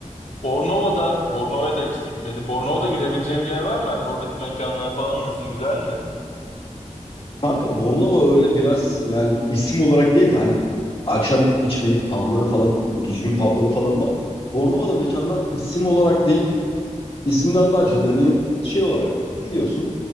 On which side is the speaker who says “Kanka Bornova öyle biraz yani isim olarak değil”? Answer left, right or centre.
Left